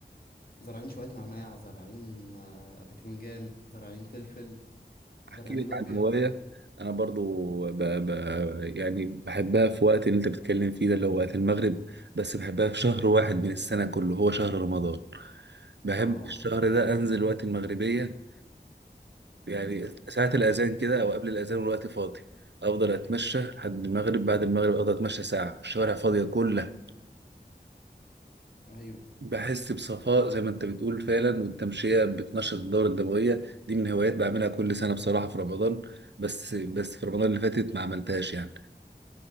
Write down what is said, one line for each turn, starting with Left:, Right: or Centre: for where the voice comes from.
Left: زارعين شوية نعناع زارعين آه، بتنجان زارعين فلفل
Right: احكي
Left: زرعين
Right: لك
Left: لوبيا
Right: عن هوايه انا برضو ب... ب... يعني بحبها في وقت اللي انت بتتكلم فيه ده اللي هو وقت المغرب بس بحبها في شهر واحد من السنه كله هو شهر رمضان بحب
Left: اه
Right: في الشهر ده انزل وقت المغربيه يعني ساعه الاذان كده او قبل الاذان والوقت فاضي افضل اتمشى لحد المغرب بعد المغرب افضل اتمشى ساعه والشوارع فاضيه كلها
Left: ايوه
Right: بحس بصفاء زي ما انت بتقول فعلا والتمشيه بتنشط الدوره الدمويه دي من هوايات بعملها كل سنه بصراحه في رمضان بس بس في رمضان اللي فاتت ما عملتهاش يعني